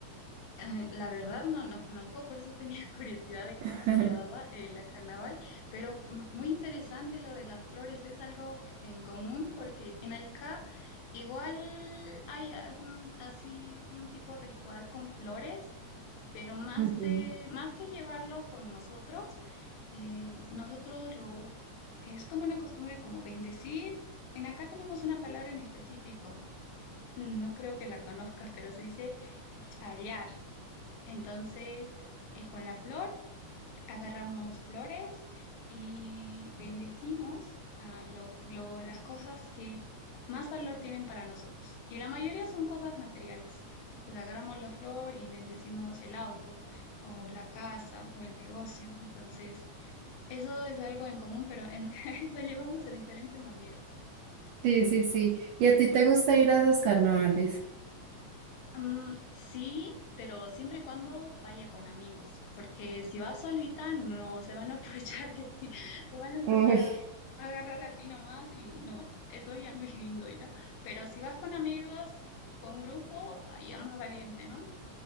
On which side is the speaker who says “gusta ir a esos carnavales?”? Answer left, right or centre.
Right